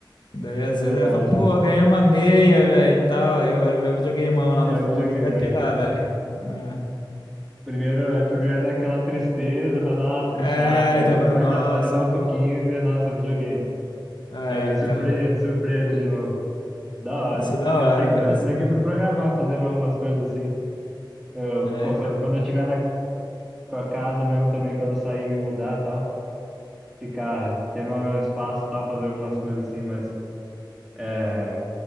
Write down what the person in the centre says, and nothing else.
Verdade.
É,
o videogame,
é tipo,
primeiro, é, primeiro dá aquela tristeza, fala, nossa, que
chato. Aí
depois
dá, olha mais
um pouquinho e vê, nossa, é um videogame.
Aí, surpresa,
surpresa de novo. Da hora.
Eu tenho
que, eu
tenho
que me
programar, fazer mais algumas coisas assim. Eu,
pô,
quando quando eu tiver na com a casa mesmo também, quando eu sair, me mudar e tal, ficar, ter meu espaço e tal, fazer algumas coisas assim, mas é,